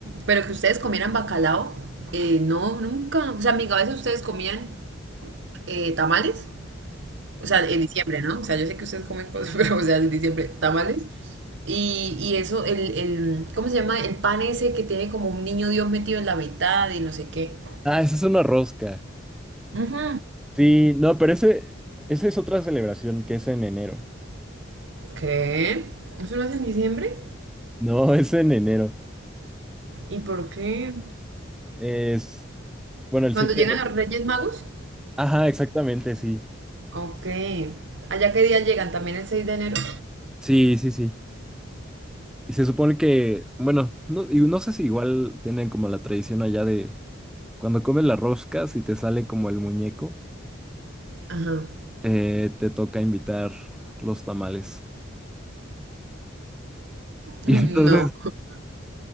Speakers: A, on the right (about 65°); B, in the centre.
A: pero que ustedes comieran bacalao, eh, no, nunca. O sea, en mi cabeza ustedes comían eh, tamales. O sea, en diciembre, ¿no? O sea, yo sé que ustedes comen cosas, <laughs> pero, o sea, en diciembre, tamales. Y, y eso, el, el, ¿cómo se llama? El pan ese que tiene como un niño Dios metido en la mitad y no sé qué.
B: Ah, esa es una rosca.
A: Ujú.
B: Sí, no, pero ese, esa es otra celebración que es en enero.
A: ¿Qué? ¿Eso no es en diciembre?
B: No, <laughs> es en enero.
A: ¿Y por qué?
B: Es, bueno, el
A: ¿Cuando
B: 7
A: llegan
B: de enero.
A: los Reyes Magos?
B: Ajá, exactamente, sí.
A: Ok. ¿Allá qué día llegan? ¿También el 6 de enero?
B: Sí, sí, sí. Y se supone que, bueno, no, y no sé si igual tienen como la tradición allá de cuando comes la rosca, si te sale como el muñeco.
A: Ajá. <laughs>
B: eh, te toca invitar los tamales. <laughs> Y
A: No,
B: entonces